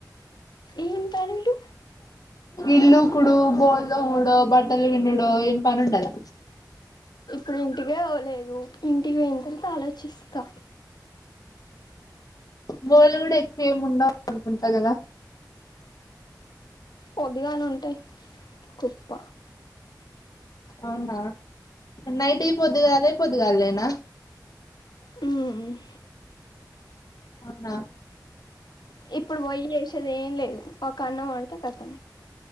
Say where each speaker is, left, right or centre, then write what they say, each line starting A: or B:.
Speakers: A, on the left; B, on the left.
A: ఏం పనులు?
B: ఇల్లూకుడు, బొల్లుతోముడో, బట్టలు పిండుడో ఏం పని ఉండదా.
A: నేను ఇంటికే పోలేదు, ఇంటికి పోయిన తర్వాత ఆలోచిస్తా.
B: బోల్లు కూడ ఎక్కువ ఏముండవు అనుకుంటా కదా.
A: పొద్దుగాల ఉంటయి కుప్ప.
B: అవునా నైటుయి పొద్దుగాలే, పొద్దుగాల్లేనా.
A: హ్మ్
B: అవునా
A: ఇప్పుడు పోయ్యి జేసేది ఏం లేదు, ఒక అన్నం వండితే కతం.